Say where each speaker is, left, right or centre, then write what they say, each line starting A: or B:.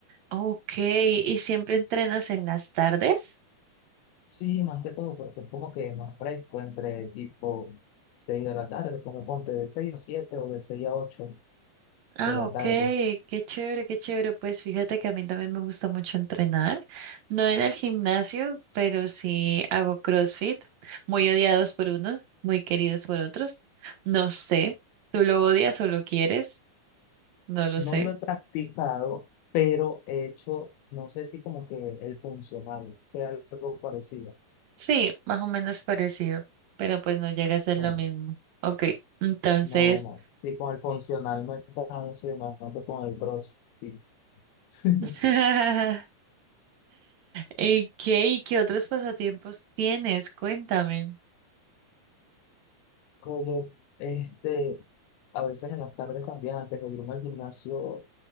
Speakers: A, on the right; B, on the left.
A: Ok, ¿y siempre entrenas en las tardes?
B: Sí, más que todo, porque es como que más fresco entre tipo 6 de la tarde, como ponte de 6 a 7 o de 6 a 8
A: Ah,
B: de la
A: ok,
B: tarde.
A: qué chévere, qué chévere. Pues fíjate que a mí también me gusta mucho entrenar. No en el gimnasio, pero sí hago CrossFit, muy odiados por unos, muy queridos por otros. No sé, ¿tú lo odias o lo quieres? No lo
B: No
A: sé.
B: lo he practicado, pero he hecho, no sé si como que el funcional sea algo parecido.
A: Sí, más o menos parecido, pero pues no llega a ser
B: Bueno,
A: lo mismo. Ok, entonces...
B: no, bueno, sí, con el funcional me canso y me mato con el CrossFit. <laughs>
A: <laughs> ¿Y qué, y qué otros pasatiempos tienes? Cuéntame.
B: Como, este, a veces en las tardes también, antes de irme al gimnasio,